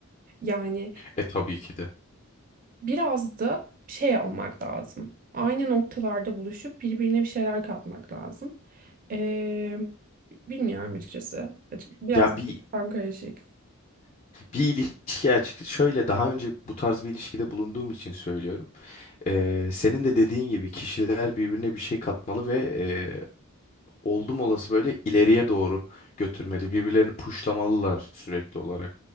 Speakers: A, on the right; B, on the left.
A: Yani
B: E tabii ki de.
A: biraz da şey olmak lazım. Aynı noktalarda buluşup birbirine bir şeyler katmak lazım. Ee, bilmiyorum açıkçası. Açık- Biraz
B: Ya bir
A: tam karışık.
B: bir ilişki açık şöyle daha önce bu tarz bir ilişkide bulunduğum için söylüyorum. Ee, senin de dediğin gibi kişiler birbirine bir şey katmalı ve e, oldum olası böyle ileriye doğru götürmeli. Birbirlerini puşlamalılar sürekli olarak.